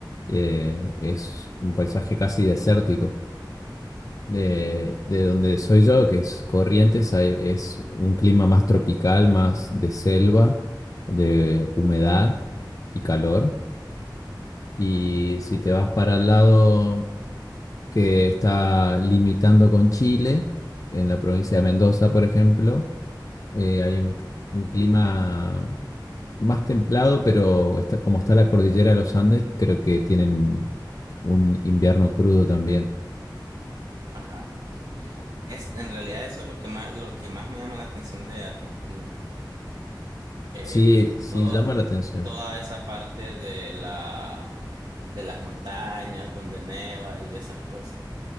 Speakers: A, on the left; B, on the right.
A: eh, es un paisaje casi desértico. De, de donde soy yo, que es Corrientes, hay- es un clima más tropical, más de selva, de humedad y calor. Y si te vas para el lado que está limitando con Chile, en la provincia de Mendoza, por ejemplo, eh, hay un, un clima más templado, pero está, como está la cordillera de los Andes, creo que tienen un invierno crudo también.
B: Ajá. Es, en realidad eso es lo que más, lo que más me llama la atención de Argentina. Eh,
A: Sí, sí,
B: toda,
A: llama la atención.
B: toda esa parte de la, de las montañas donde neva y esas cosas.